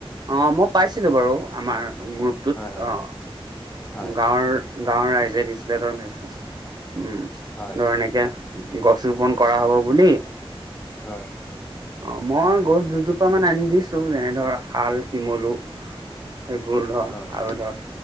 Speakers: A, on the right; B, on the left.
A: অ' মই পাইছিলো বাৰু আমাৰ গ্ৰুপটোত
B: হয় হয়
A: অ'।
B: হয়
A: গাঁৱৰ গাঁৱৰ ৰাইজে দিছিলে, ধৰ মেজ উম
B: হয়
A: ধৰ এনেকে গছ ৰোপন কৰা হব বুলি।
B: হয়
A: অ' মই গছ দুজোপা মান আনি দিছো যেনে ধৰ শাল, শিমলু। সেইবোৰ ধৰ
B: হয়
A: আৰু ধৰ